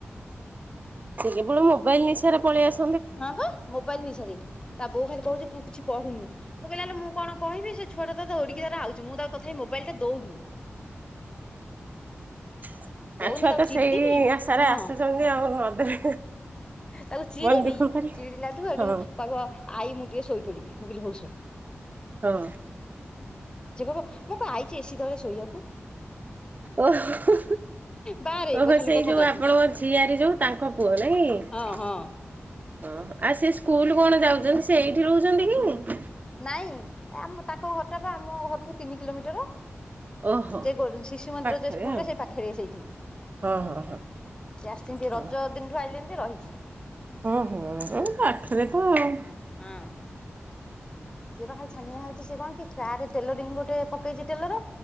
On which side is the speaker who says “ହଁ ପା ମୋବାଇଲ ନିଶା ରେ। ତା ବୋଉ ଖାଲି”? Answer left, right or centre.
Left